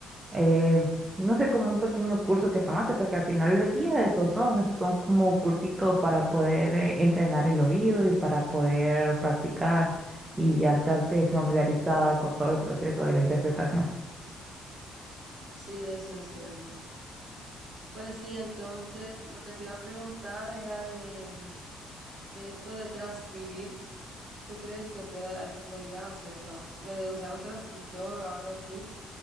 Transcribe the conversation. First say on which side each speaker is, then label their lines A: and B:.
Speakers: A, on the right; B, on the right.
A: eh, no sé, como un pequeño curso que tomaste, porque al final del día esos son, son como cursitos para poder eh, entrenar el oído y para poder practicar y ya estarte familiarizada con todo el proceso de la interpretación.
B: Sí, eso es cierto. Pues sí, entonces lo que te iba a preguntar era de, de esto de transcribir. ¿Tú crees que pueda, que podría hacerlo? Lo de usar un transcriptor o algo así.